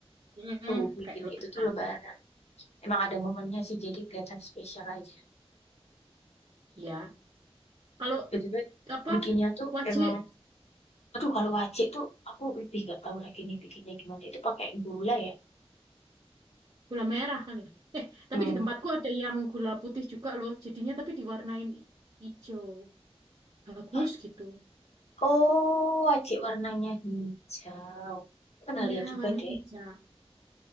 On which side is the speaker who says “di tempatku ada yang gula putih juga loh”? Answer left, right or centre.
Right